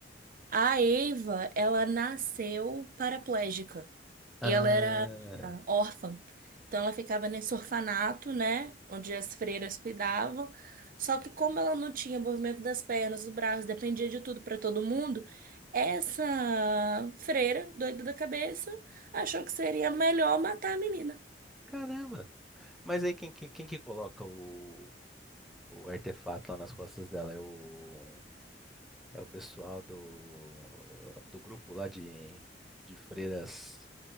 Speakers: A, on the right; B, in the centre.
A: A Eva, ela nasceu paraplégica
B: Ah,
A: e ela era órfã. Então ela ficava nesse orfanato, né, onde as freiras cuidavam. Só que como ela não tinha movimento das pernas, do braço, dependia de tudo para todo mundo, essa freira, doida da cabeça, achou que seria melhor matar a menina.
B: caramba. Mas aí quem, quem, quem que coloca o, o artefato lá nas costas dela? É o, é o pessoal do, do grupo lá de, de freiras,